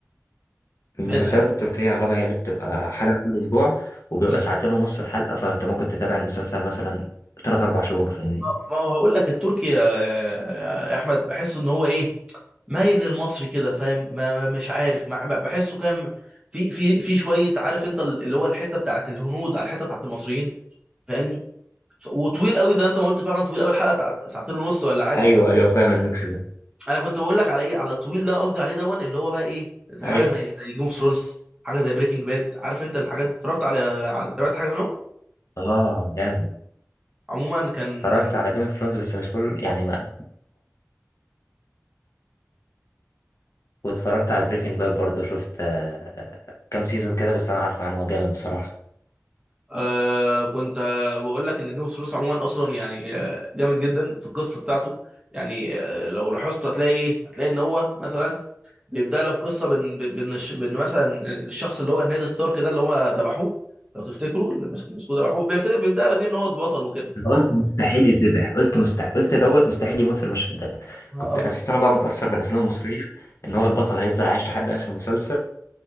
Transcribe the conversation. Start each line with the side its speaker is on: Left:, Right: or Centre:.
Left: المسلسلات
Right: بقيت بحس
Left: التركيه اغلبها هي اللي بتبقى حلقه كل اسبوع وبيبقى
Right: مم.
Left: ساعتين ونص الحلقه فانت ممكن تتابع المسلسل مثلا ثلاث اربع شهور فاهمني
Right: ما ما هو هقول لك التركي يا, يا, يا احمد بحس ان هو ايه مايل للمصري كده فاهم ما ما- مش عارف ما ما- بحسه كام في في في شويه عارف انت اللي هو الحته بتاعت الهنود على الحته بتاعت المصريين فاهمني ف- وطويل قوي زي انت ما قلت فعلا طويل قوي الحلقه بتاع ساعتين ونص ولا حاجه
Left: ايوه ايوه فاهم الميكس ده
Right: انا كنت بقول لك على ايه على الطويل اللي أنا قصدي عليه دون اللي هو بقى ايه زي
Left: ايوه
Right: حاجه زي زي جيم اوف ثرونز حاجه زي بريكنج باد عارف انت الحاجات اتفرجت على على تابعت حاجه منهم
Left: اه جامد
Right: عموما كان
Left: اتفرجت
Right: كان
Left: على جيم اوف ثرونز بس مش كل يعني ما واتفرجت على بريكنج باد برضه شفت آه، كام سيزون كده بس انا عارف عنه هو جامد بصراحة
Right: آه كنت آه بقول لك ان جيم اوف ثرونز عموما اصلا يعني آه جامد جدا في القصه بتاعته يعني آه لو لاحظت هتلاقي ايه هتلاقي ان هو مثلا بيبدا لك قصه بان بان الش- بان مثلا الشخص اللي هو نيد ستارك ده اللي هو ذبحوه لو تفتكروا اللي مسكوه ذبحوه بيفتكر بيبدا لك بيه ان هو البطل وكده
Left: انا قلت مستحيل يتذبح قلت مستحيل قلت دوت مستحيل يموت في المشهد ده
Right: آه،
Left: كنت
Right: بالظبط
Left: اساسا انا بقى متأثر بالافلام المصرية ان هو البطل هيفضل عايش لحد اخر مسلسل